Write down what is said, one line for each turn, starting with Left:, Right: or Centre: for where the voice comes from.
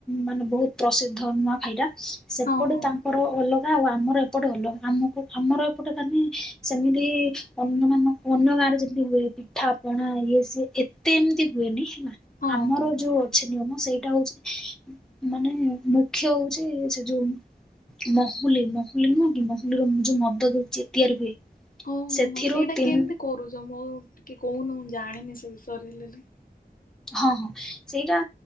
Centre: ମାନେ ବହୁତ ପ୍ରସିଦ୍ଧ ନୂଆ ଖାଇଟା। ସେପଟେ
Left: ହଁ ହଁ
Centre: ତାଙ୍କର ଅଲଗା ଆଉ ଆମର ଏପଟେ ଅଲଗା ଆମକୁ। ଆମର ଏପଟେ କାନେ ସେମିତି ଅନ୍ୟ ମାନ ଅନ୍ୟ ଗାଁରେ ଯେମିତି ହୁଏ। ପିଠା ପଣା ଇଏ ସିଏ ଏତେ ଏମିତି ହୁଏନି ହେଲା
Left: ହଁ
Centre: ଆମର
Left: ହଁ।
Centre: ଯୋଉ। କିଛି ନିୟମ ସେଇଟା ହଉଛି ମାନେ ମୁଖ୍ୟ ହଉଛି ସେ ଯୋଉ। ମହୁଲି, ମହୁଲି ନୁହଁ କି ମହୁଲି ର ମୁ ଯୋଉ ମଦ ତିଆରି ହୁଏ।
Left: ହଁ, ହଁ,
Centre: ସେଥିରୁ
Left: ହଁ, ସେଇଟା
Centre: ତିନି
Left: କେମିତି କରୁଛ ମୁଁ ଟିକେ କହୁନୁ ମୁଁ ଜାଣିନି ସେ ବିଷୟରେ ହେଲେଲେ।
Centre: ହଁ, ହଁ। ସେଇଟା